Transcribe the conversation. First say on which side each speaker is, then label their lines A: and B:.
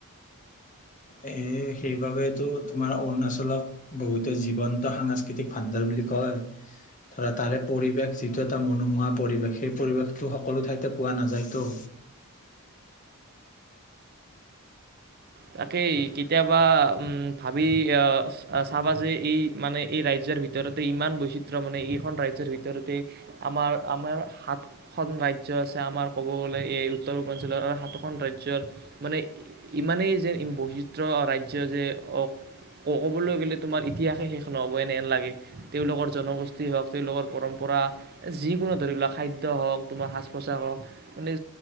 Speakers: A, on the left (about 35°); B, on the right (about 45°).
A: এ সেইবাবেইটো তোমাৰ অৰুণাচলক বহুতে জীৱন্ত সাংস্কৃতিক ভাণ্ডাৰ বুলি কয় ধৰা তাৰে পৰিৱেশ যিটো এটা মনোমোহা পৰিৱেশ সেই পৰিৱেশটো সকলো ঠাইতে পোৱা নাযায়তো
B: তাকেই কেতিয়াবা ভাবি চাবা যে এই মানে এই ৰাজ্যৰ ভিতৰতে ইমান বৈচিত্ৰ মানে এইখন ৰাজ্যৰ ভিতৰতে আমাৰ আমাৰ সাতখন ৰাজ্য আছে আমাৰ ক'ব গ'লে এই উত্তৰ পূৰ্বাঞ্চলৰ আৰু সাতখন ৰাজ্যৰ মানে ইমানেই যে ই বৈচিত্ৰ ৰাজ্য যে ক'বলৈ গ'লে তোমাৰ ইতিহাসে শেষ নহ'ব এনেহন লাগে তেওঁলোকৰ জনগোষ্ঠী হওক তেওঁলোকৰ পৰম্পৰা যিকোনো ধৰি লক খাদ্য হওক তোমাৰ সাজ পোছাক হওক মানে